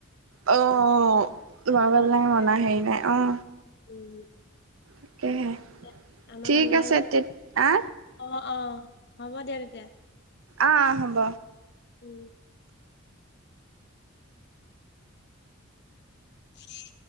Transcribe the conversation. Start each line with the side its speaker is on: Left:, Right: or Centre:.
Right: অ' <unintelligible> মনা
Left: তোমালোকক খাই আৰু,
Right: হেৰি নাই অ'।
Left: উম,
Right: তাকেহে
Left: <unintelligible> আমাৰ
Right: ঠিক
Left: মানুহে
Right: আছে
Left: <unintelligible>
Right: তে আ
Left: অ'-অ, হ'ব দিয়া তেতিয়া।
Right: অ', হ'ব।
Left: উম। <inaudible>